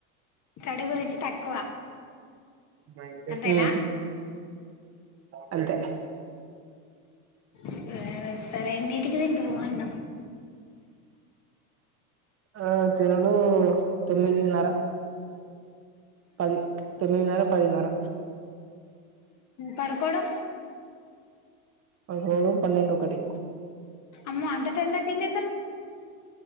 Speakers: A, on the left; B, on the right.
A: స్టడీ గురించి తక్కువ
B: ఉ
A: అంతేనా
B: అంతే
A: సరరే <unintelligible> సరే ఎనీటికి తింటవ్ అన్నం
B: ఆ తినుడు తొమ్మిదిన్నర పది తొమ్మిదిన్నర పదిన్నర
A: పడుకోడం
B: పడుకోడం పన్నెండు ఒకటి
A: అమ్మో అంత టైం దాకా ఏం చేస్తారు